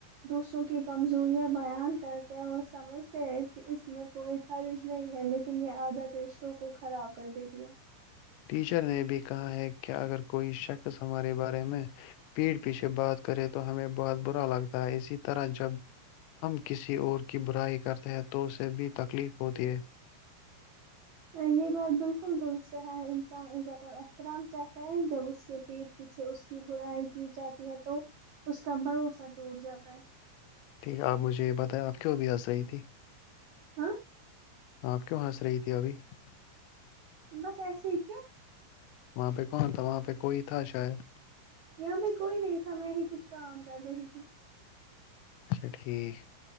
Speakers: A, on the right; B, on the left.
A: دوسروں کی کمزوریاں بیان کرتے ہیں اور سمجھتے ہیں کہ اس میں کوئی حرض نہیں ہے لیکن یہ عادت رشتوں کو خراب کر دیتی ہے
B: ٹیچر نے بھی کہا ہے کہ اگر کوئی شخص ہمارے بارے میں پیڑھ پیچھے بات کرے تو ہمیں بہت برا لگتا ہے اسی طرح جب ہم کسی اور کی برائی کرتے ہیں تو اسے بھی تکلیف ہوتی ہے
A: یہ بات بالکل درست ہے ہر انسان عزت و احترام چاہتا ہے جب اس کے پیٹ پیچھے اس کی برائی کی جاتی ہے تو اس کا بھروسہ ٹوٹ جاتا ہے
B: ٹھیک ہے آپ مجھے یہ بتائیں آپ کیوں بھی آس رہی تھی
A: ہاں
B: آپ کیوں ہنس رہی تھی ابھی
A: بس ایسے ہی کیوں
B: وہاں پہ کواں تھا وہاں پہ کوئی تھا شاید
A: یہاں کوئی نہیں تھا میں ہی کچھ کام کر رہی تھی
B: اچھا ٹھیک